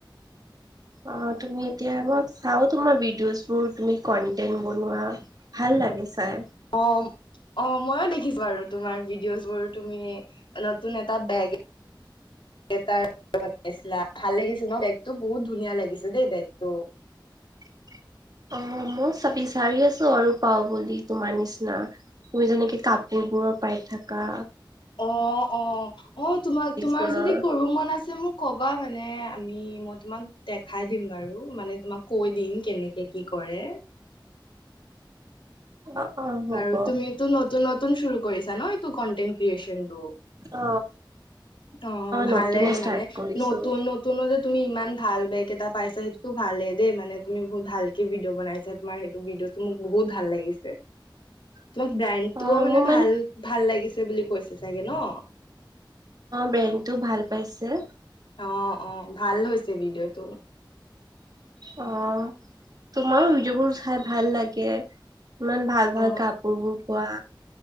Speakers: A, on the right; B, on the left.
A: অ তুমি এতিয়া আ চাও তোমাৰ ভিডিঅ'জ বোৰ তুমি কন্টেন্ট বনোৱা ভাল লাগি চাই
B: অম অ ময়ো দেখিছো আৰু তোমাৰ ভিডিঅ' বোৰ তুমি নতুন এটা বেগ এ তাৰ ভাল লাগিছিল ন বেগতটো বহুত ধুনীয়া লাগিছে দেই বেগতটো।
A: <unintelligible> অ মই চ বিচাৰি আছো আৰু পাও বুলি তোমাৰ নিচিনা তুমি যেনেকে কাপি কবোৰৰ পাই থকা
B: অ-অ-অ তোমাক তোমাৰ
A: বোৰৰ
B: যদি কৰো মন আছে মোক কবা মানে আমি মই। তোমাক দেখাই দিম বাৰু মানে তোমাক কৈ দিম কেনেকে কি কৰে
A: অ অ হ'ব
B: বাৰু তুমি টো নতুন নতুন চু ৰু কৰিছা ন এইটো কন্টেন্ট ক্ৰিয়েচন টো।
A: অ
B: অ'
A: নতুনে
B: ভালে
A: ষ্টাৰ্ট
B: মানে
A: কৰিছো
B: নতুন-নতুনতে তুমি ইমান ভাল বেগ এটা পাইছা সেইটোতো ভালেই দেই মানে তুমি বহুত ভালকে ভিডিঅ' বনাইা ছা তোমাৰ সেইটো ভডিঅ' টো মোক বহুত। বহুত ভাল লাগিছে।
A: <inaudible>
B: তোমাক ব্ৰেণ্ডটোও
A: অ
B: মানে
A: মোৰ
B: ভাল ভাল লাগিছে বুলি কৈছে চাগে ন।
A: ব্ৰেন্ডটো ভাল পাইছে।
B: অ-অ ভাল হৈছে ভিডিঅ'টো
A: অ' তোমাৰো ভিডিঅ' বোৰ চাই ভাল লাগে ইমান ভাল-ভাল
B: অ
A: কাপোৰবোৰ পোৱা।